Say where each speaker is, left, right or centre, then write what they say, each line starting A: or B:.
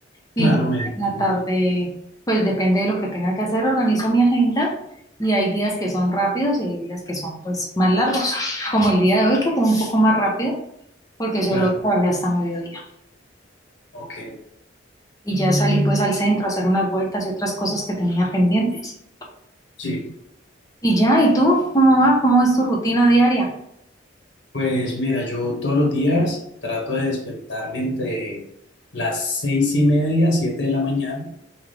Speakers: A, on the left (about 70°); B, on the left (about 20°).
A: claro,
B: y ya
A: me imagino,
B: en la tarde pues depende de lo que tenga que hacer, organizo mi agenda y hay días que son rápidos y hay días que son pues más largos, como el día de hoy que fue un poco más rápido porque solo
A: claro,
B: trabajé hasta mediodía.
A: ok,
B: Y ya salí pues al centro a hacer unas vueltas y otras cosas que tenía pendientes.
A: sí.
B: Y ya, ¿y tú? ¿Cómo vas? ¿Cómo es tu rutina diaria?
A: Pues mira, yo todos los días trato de despertarme entre las seis y media, siete de la mañana